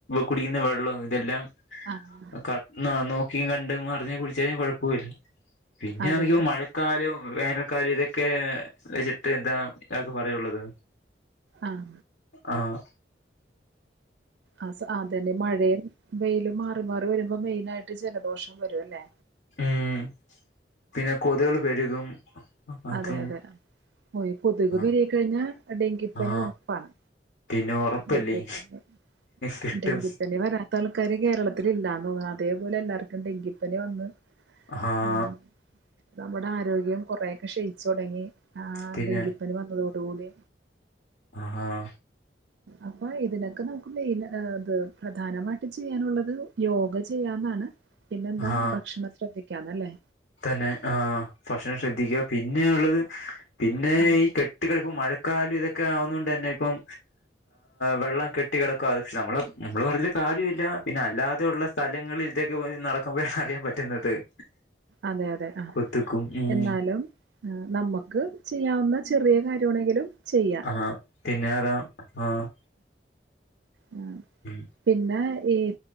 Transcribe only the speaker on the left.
കുടിയുന്ന വെള്ളവും ഇതെല്ലാം.
കണ്ണ നോക്കിം കണ്ടും അറിഞ്ഞും കുടിച്ചാലും കുഴപ്പുല്ല പിന്നയാന്നെങ്കി
മഴക്കാലവും വേനൽക്കാലം ഇതൊക്കെ വെച്ചിട്ട് എന്താ ഇതൊക്കെ പറയുള്ളത്
ആഹ്
ഉം പിന്നെ കൊതുകള് പെരുകും അതും
ആ
ആ
പിന്നെ ഉറപ്പല്ലേ
കിട്ടും
ആഹ്
പിന്നെ
ആഹ്
ആ
തന്നെ ആഹ് ഭക്ഷണം ശ്രദ്ധിക്കുക പിന്നെ ഉള്ളത് പിന്നെ
ഈ ക കെട്ടികെടക്കും മഴക്കാലം ഇതൊക്കെ ആവുന്ന കൊണ്ട് തന്നെ ഇപ്പം വെള്ളം കെട്ടി കെടക് പക്ഷെ നമ്മള് നമ്മള് പറഞ്ഞൊരു കാര്യമില്ല പിന്നെ അല്ലാതെ ഉള്ള സ്ഥലങ്ങളിൽ ഇതൊക്ക നടക്കുമ്പോഴാണ് അറിയാൻ പറ്റുന്നത് <inaudible>
കൊത്തുക്കും ഉം
ആ പിന്നെ അതാ ആഹ്
ഉം